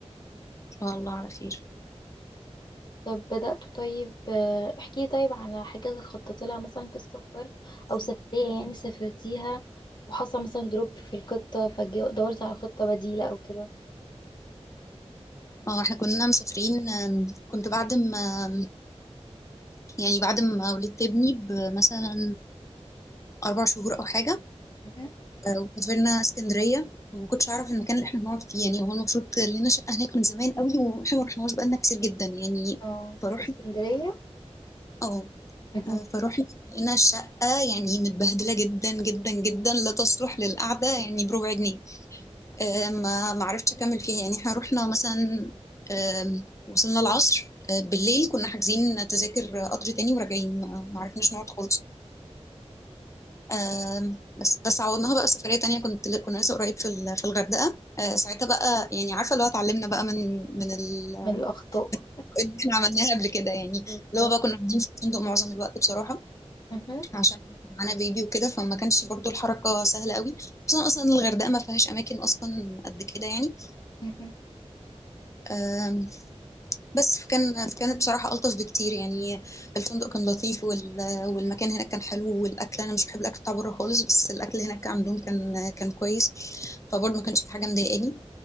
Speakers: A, on the left; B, on the left.
A: شاء الله على خير
B: طب بدأت طيب آه، احكي طيب على حاجة خططت لها مثلا في السفر أو سفرية يعني سافرتيها وحصل مثلا دروب في الخطة فدورت على خطة بديلة أو كده
A: اه احنا كنا مسافرين آم، كنت بعد ما يعني بعد ما ولدت ابني بمثلا اربع شهور او حاجه
B: مهم.
A: آه، وسافرنا اسكندريه وما كنتش اعرف المكان اللي احنا هنقعد فيه يعني هو المفروض لنا شقه هناك من زمان قوي واحنا ما رحناش بقالنا كتير جدا يعني
B: اه
A: فروحنا
B: اسكندرية
A: اه
B: مهم.
A: آه، فروحنا لقينا الشقة يعني متبهدلة جدا جدا جدا لا تصلح للقعدة يعني بربع جنيه آه، ما ما عرفتش أكمل فيها يعني احنا رحنا مثلا آم، وصلنا العصر آه، بالليل كنا حاجزين تذاكر قطر تاني وراجعين ما ما عرفناش نقعد خالص آم، بس بس عوضناها بقى سفرية تانية كنت ل- كنا لسه قريب في ال- في الغردقة آه، ساعتها بقى يعني عارفة اللي هو اتعلمنا بقى من من ال-
B: من الأخطاء
A: اللي احنا عملناها قبل كده يعني
B: بالظبط.
A: اللي هو بقى كنا قاعدين في الفندق معظم الوقت بصراحة
B: مهم.
A: عشان معانا بيبي وكده فما كانش برضو الحركة سهلة قوي خصوصا أصلا الغردقة ما فيهاش أماكن أصلا قد كده يعني
B: مهم.
A: آم، بس كان كانت بصراحة ألطف بكتير يعني الفندق كان لطيف وال... والمكان هناك كان حلو والأكل أنا مش بحب الأكل بتاع بره خالص بس الأكل هناك كان عندهم كان كان كويس فبرضه ما كانش في حاجة مضايقاني